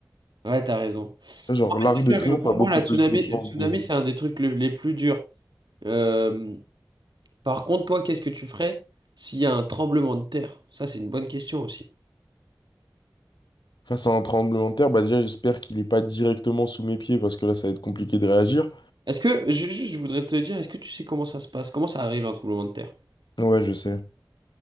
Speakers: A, on the right; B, on the left.
A: Ouais, t'as raison.
B: genre
A: Non, mais
B: l'Arc
A: c'est
B: de
A: sûr
B: Triomphe
A: que pour
B: a beaucoup
A: moi, la tsunami,
B: plus de chances
A: le tsunami,
B: de...
A: c'est un des trucs le- les plus durs. Euh, par contre, toi, qu'est-ce que tu ferais s'il y a un tremblement de terre? Ça, c'est une bonne question aussi.
B: Face à un tremblement de terre, bah déjà j'espère qu'il est pas directement sous mes pieds parce que là ça va être compliqué de réagir.
A: Est-ce que, ju- juste, je voudrais te dire, est-ce que tu sais comment ça se passe? Comment ça arrive un tremblement de terre?
B: Ouais, je sais.